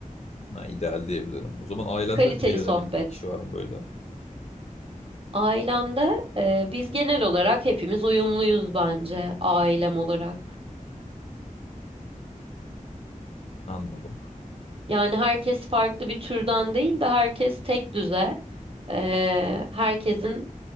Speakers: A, on the left; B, on the right.
A: Ha, ideal diyebilirim. O zaman ailende
B: Kaliteli
A: eğlenebildiğin
B: sohbet.
A: kişi var mı böyle?
B: Ailemde e, biz genel olarak hepimiz uyumluyuz bence ailem olarak.
A: Anladım.
B: Yani herkes farklı bir türden değil de herkes tek düze. e, herkesin